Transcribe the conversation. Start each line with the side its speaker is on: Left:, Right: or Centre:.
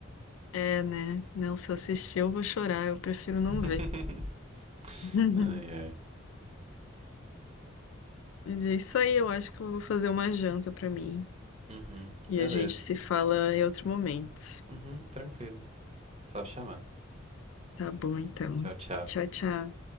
Left: É, né? Não, se eu assistir, eu vou chorar, eu prefiro
Right: <laughs>
Left: não ver. <laughs>
Right: ai, ai.
Left: Mas é isso aí, eu acho que eu vou fazer uma janta pra mim.
Right: Uhum,
Left: E
Right: beleza.
Left: a gente se fala em outro momento.
Right: Uhum, tranquilo. Só chamar.
Left: Tá bom, então.
Right: Tchau, tchau.
Left: Tchau, tchau.